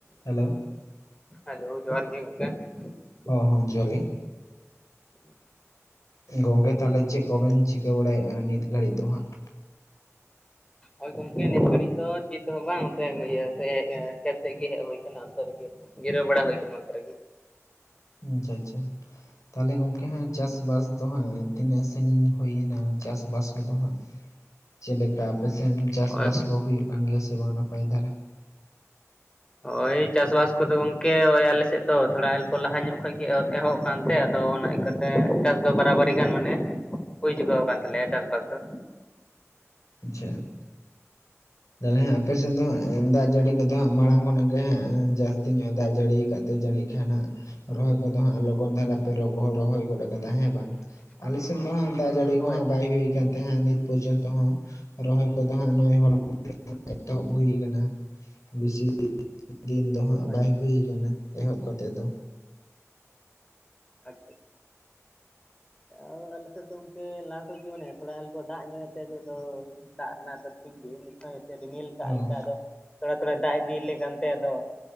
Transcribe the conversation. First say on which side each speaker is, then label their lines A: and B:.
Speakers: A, on the left; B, on the left.
A: ᱮᱞᱳ ᱾
B: ᱮᱞᱳ, ᱡᱚᱦᱟᱨ ᱜᱮ ᱜᱚᱝᱠᱮ ᱾
A: ᱳ ᱦᱳᱦ ᱡᱚᱦᱚᱨ ᱜᱮ ᱾ ᱥ-ᱩ-ᱡ, ᱜᱚᱝᱠᱮ ᱛᱟᱦᱞᱮ ᱪᱮᱜ ᱠᱚᱵᱮᱱ ᱪᱤᱠᱟᱹ ᱵᱟᱲᱟᱭᱮᱼᱟ ᱱᱤᱛ ᱜᱷᱟᱹᱲᱤᱡ ᱫᱚ ᱦᱟᱸᱜ?
B: ᱚᱭ ᱜᱚᱝᱠᱮ ᱱᱤᱛ ᱜᱷᱟᱹᱲᱤᱡ ᱫᱚ ᱪᱮᱫ ᱦᱚᱸ ᱵᱟᱝ, ᱚᱱᱛᱮ ᱤᱭᱟ ᱥᱮ ᱦᱮᱸ ᱠᱷᱮᱛ ᱥᱮᱜ ᱜᱮ ᱦᱮᱡ ᱦᱩᱭ ᱠᱟᱱᱟ, ᱚᱱᱛᱮ ᱨᱮᱜᱮ ᱡᱤᱨᱟᱹᱣ ᱵᱟᱲᱟ ᱦᱳᱭ ᱠᱟᱱᱟ ᱚᱱᱛᱮ ᱨᱮᱜᱮ
A: ᱟᱪ-ᱪᱷᱟ ᱟᱪ-ᱪᱷᱟ, ᱛᱟᱦᱞᱮ ᱜᱚᱝᱠᱮ ᱦᱟᱸᱜ ᱪᱟᱥ ᱵᱟᱥ ᱛᱚ ᱦᱟᱸᱜ ᱛᱤᱱᱟᱹᱜ ᱥᱟᱹᱜᱤᱧ ᱦᱩᱭᱮᱱᱟ ᱪᱟᱥ ᱵᱟᱥ ᱠᱚᱫᱚ ᱦᱟᱸᱜ ᱪᱮᱫ ᱞᱮᱠᱟ ᱟᱯᱮ ᱥᱮᱱ ᱪᱟᱥ
B: ᱦᱳᱭ
A: ᱵᱟᱥ ᱠᱚ ᱦᱩᱭᱩᱜ ᱠᱟᱱ ᱜᱮᱭᱟ ᱥᱮ ᱵᱟᱝ ᱱᱟᱯᱟᱭ ᱛᱮ ᱦᱟᱸᱜ?
B: ᱳᱭ ᱪᱟᱥᱵᱟᱥ ᱠᱚᱫᱚ ᱜᱚᱝᱠᱮ ᱳᱭ ᱟᱞᱮ ᱥᱮᱫ ᱫᱚ ᱛᱷᱚᱲᱟ ᱚᱞᱯᱚ ᱞᱟᱦᱟ ᱧᱚᱜ ᱠᱷᱚᱡ ᱜᱮ ᱮᱦᱚᱵ ᱠᱟᱱᱛᱮ ᱟᱫᱚ ᱚᱱᱟ ᱠᱟᱹᱛᱮ ᱪᱟᱥ ᱫᱚ ᱵᱟᱨᱟᱵᱟᱨᱤ ᱜᱟᱱ ᱢᱟᱱᱮ ᱦᱳᱭ ᱪᱩᱟᱹᱣ ᱟᱠᱟᱱ ᱛᱟᱞᱮᱭᱟ ᱪᱟᱥ ᱵᱟᱥ ᱫᱚ ᱾
A: ᱟᱪᱷᱟᱜ ᱾ ᱛᱟᱞᱦᱮ ᱟᱯᱮ ᱥᱮᱫ ᱫᱚ ᱦᱟᱸᱜ ᱫᱟᱜ ᱡᱟᱹᱲᱤ ᱠᱚᱫᱚ ᱦᱟᱸᱜ ᱢᱟᱲᱟᱝ ᱠᱷᱚᱱᱟᱜ ᱜᱮ ᱦᱟᱸᱜ ᱡᱟᱥ ᱛᱤᱧ ᱫᱟᱜ ᱡᱟᱹᱲᱤ ᱟᱠᱟᱫ ᱛᱮ ᱡᱟᱹᱱᱤᱡ ᱠᱷᱟᱱ ᱦᱟᱸᱜ ᱨᱚᱦᱚᱭ ᱠᱚᱫᱚ ᱦᱟᱸᱜ ᱞᱚ ᱩᱱ ᱫᱷᱟᱨᱟ ᱯᱮ ᱨᱚᱜᱚᱭ ᱨᱚᱦᱚᱭ ᱜᱚᱫ ᱠᱟᱫᱟ ᱦᱮᱸ ᱵᱟᱝ ᱟᱞᱮ ᱥᱮᱱ ᱫᱚ ᱦᱟᱸᱜ ᱫᱟᱜ ᱡᱟᱹᱲᱤ ᱠᱚ
B: ᱦᱳᱭ
A: ᱦᱟᱸᱜ ᱵᱟᱭ ᱦᱤᱲᱤᱠ ᱠᱟᱱ ᱛᱟᱦᱮᱸᱼᱟ ᱱᱤᱛ ᱯᱚᱨᱡᱚᱱᱛᱚ ᱦᱚᱸ ᱨᱚᱦᱚᱭ ᱠᱚᱫᱚ ᱦᱟᱸᱜ ᱱᱩᱭ ᱦᱚᱲ ᱢᱚᱫᱽᱫᱷᱮᱹᱛᱮ ᱮᱛᱚᱦᱚᱵ ᱦᱩᱭ ᱠᱟᱱᱟ ᱾ ᱵᱤᱥᱤ ᱫᱤᱱ ᱫᱚ ᱦᱟᱸᱜ
B: ᱦᱳᱭ
A: ᱵᱟᱭ ᱦᱩᱭ ᱠᱟᱱᱟ ᱮᱦᱚᱵ ᱠᱟᱛᱮᱜ ᱫᱚ
B: ᱟᱥᱛᱮᱹᱜ ᱾ ᱚ ᱟᱞᱮᱥᱮᱫ ᱫᱚ ᱚᱝᱠᱮ ᱞᱟᱦᱟ ᱠᱷᱚᱡ ᱜᱮ ᱢᱟᱱᱮ ᱛᱷᱚᱲᱟ ᱚᱞᱯᱚ ᱫᱟᱜ ᱧᱚᱜ ᱮᱫ ᱛᱮ ᱱᱚᱛᱮ ᱫᱚ ᱫᱟᱜ ᱨᱮᱱᱟᱜ ᱫᱚ ᱴᱷᱤᱠ ᱜᱮ ᱱᱤᱛᱦᱚᱸ ᱾ ᱨᱤᱢᱤᱞ ᱠᱟᱜ
A: ᱦᱚᱸ
B: ᱞᱮᱠᱟ ᱟᱫᱚ, ᱛᱷᱚᱲᱟ ᱛᱷᱚᱲᱟᱭ ᱫᱟᱜ ᱮᱫ ᱾ ᱵᱤᱞᱞᱮ ᱠᱟᱱᱛᱮ ᱟᱫᱚ